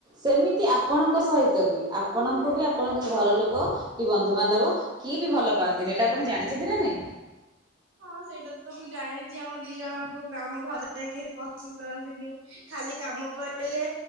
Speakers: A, on the right; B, on the right.
A: ସେମିତି ଆପଣଙ୍କ ସହିତ ବି ଆପଣଙ୍କୁ ବି ଆପଣଙ୍କ ଘର ଲୋକ କି ବନ୍ଧୁବାନ୍ଧବ କିଏ ବି ଭଲ ପାଆନ୍ତିନି ଏଟା ଆପଣ ଜାଣିଚନ୍ତି ନା ନାଇଁ?
B: ହଁ ସେଇଟା ତ ମୁଁ ଜାଣିଚି ଆମ ଦିଇ ଜଣଙ୍କୁ ଗା ଆମ ଘରେ କେହି ବି ପସନ୍ଦ କରନ୍ତିନି। ଖାଲି କାମ ପ‌ଇଲେ